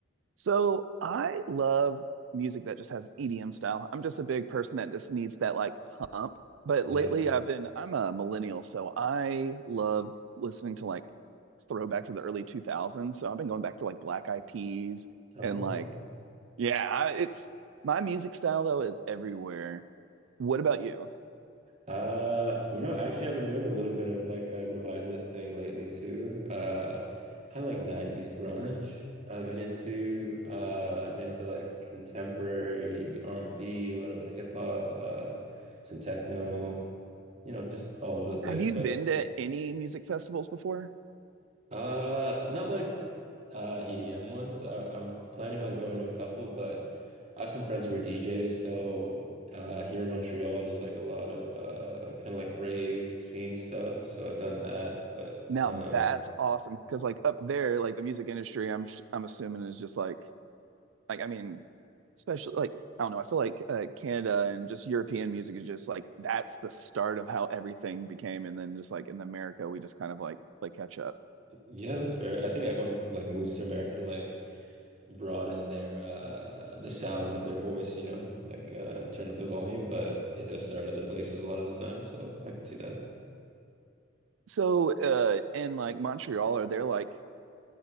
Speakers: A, on the right; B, on the right.
A: So I love music that just has EDM style. I'm just a big person that just needs that like pump. But
B: Yeah.
A: lately I've been, I'm a millennial, so I love listening to like throwbacks of the early 2000s. So I've been going back to like Black Eyed Peas
B: Oh,
A: and like,
B: okay.
A: yeah, I- it's my music style though is everywhere. What about you?
B: Uh, you know, actually I've been doing a little bit of like a revivalist thing lately too. Uh, kind of like 90s grunge. I've been into uh I'm into like contemporary R&B, a little bit of hip hop, uh some techno, you know, just all over the place,
A: Have you
B: but
A: been to any music festivals before?
B: Uh, not like uh EDM ones. I, I'm planning on going to a couple, but I have some friends who are DJs, so uh here in Montreal there's like a lot of uh kind of like rave scene stuff, so I've done that, but
A: Now
B: um
A: that's awesome because like up there, like the music industry, I'm sh- I'm assuming is just like like I mean, especially like I don't know. I feel like uh, Canada and just European music is just like that's the start of how everything became, and then just like in America, we just kind of like play catch up.
B: yeah, that's fair. I think everyone like moves to America to like broaden their uh the sound of their voice, you know, like uh turn up the volume, but it does start other places a lot of the time, so I could see that.
A: So uh, in like Montreal, are there like